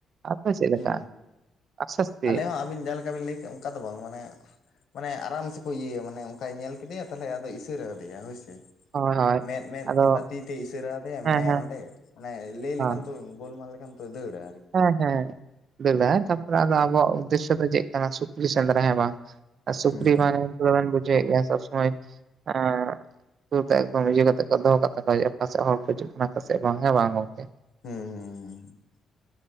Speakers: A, on the right; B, on the left.
A: ᱟᱯᱮ ᱪᱮᱫ ᱞᱮᱠᱟ
B: ᱦᱩᱸ
A: ᱟᱥᱛᱮ ᱟᱥᱛᱮ
B: ᱟᱞᱮ ᱦᱚᱸ ᱟᱹᱵᱤᱱ ᱡᱮᱦᱟᱸ ᱞᱮᱠᱟ ᱵᱤᱱ ᱞᱟᱹᱭ ᱠᱮᱜ ᱚᱝᱠᱟ ᱫᱚ ᱵᱟᱝ ᱢᱟᱱᱮ ᱢᱟᱱᱮ ᱟᱨᱟᱢᱥᱮ ᱠᱚ ᱤᱭᱟᱹᱭᱟ ᱢᱟᱱᱮ ᱚᱝᱠᱟᱭ ᱧᱮᱞ ᱠᱮᱫᱮᱭᱟ ᱛᱟᱦᱞᱮ ᱟᱫᱚᱭ ᱤᱥᱟᱹᱨᱟ ᱟᱫᱮᱭᱟ ᱦᱳᱭᱥᱮ᱾
A: ᱦᱳᱭ ᱦᱳᱭ
B: ᱢᱮᱸᱫ ᱢᱮᱸᱫ
A: ᱟᱫᱚ
B: ᱠᱤᱱᱵᱟ ᱛᱤ ᱛᱮ ᱤᱥᱟᱹᱨᱟᱣ ᱟᱫᱮᱭᱟ
A: ᱦᱮᱸ
B: ᱢᱮᱱᱟᱭᱟ
A: ᱦᱮᱸ
B: ᱱᱚᱸᱰᱮ᱾ ᱢᱟᱱᱮ ᱞᱟᱹᱭ
A: ᱦᱳᱭ
B: ᱞᱮᱠᱷᱟᱱ ᱛᱚ ᱜᱳᱞᱢᱟᱞ ᱞᱮᱠᱷᱟᱱ ᱛᱚ ᱫᱟᱹᱲᱟ ᱟᱨᱠᱤ᱾
A: ᱦᱮᱸ ᱦᱮᱸ <unintelligible> ᱛᱟᱯᱚᱨᱮ ᱟᱵᱚᱣᱟᱜ ᱩᱫᱫᱮᱥᱥᱚ ᱫᱚ ᱪᱮᱜ ᱠᱟᱱᱟ ᱥᱩᱠᱨᱤ ᱥᱮᱸᱫᱽᱨᱟ ᱦᱮᱸ ᱵᱟᱝ᱾ ᱥᱩᱠᱨᱤ
B: ᱦᱩᱸ
A: <unintelligible> ᱵᱩᱡᱷᱟᱹᱣᱮᱜ ᱜᱮᱭᱟ ᱥᱚᱵ ᱥᱚᱢᱚᱭ ᱮᱸ ᱥᱩᱨ ᱛᱮ ᱮᱠᱫᱚᱢ ᱤᱭᱟᱹ ᱠᱟᱛᱮᱜ ᱠᱚ ᱫᱚᱦᱚ ᱠᱟᱜ ᱛᱟᱠᱚ ᱦᱩᱭᱩᱜᱼᱟ ᱚᱠᱟᱥᱮᱜ ᱦᱚᱲ ᱠᱚ ᱦᱤᱡᱩᱜ ᱠᱟᱱᱟ ᱚᱠᱟᱥᱮᱜ ᱵᱟᱝᱮ ᱦᱮᱸ ᱵᱟᱝ ᱜᱚᱝᱠᱮ᱾
B: ᱦᱩᱸ ᱦᱩᱸ ᱦᱩᱸ